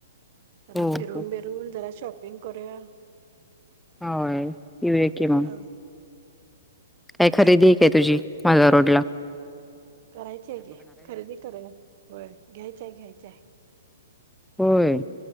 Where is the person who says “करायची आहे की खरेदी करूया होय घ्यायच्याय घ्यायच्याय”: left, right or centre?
Right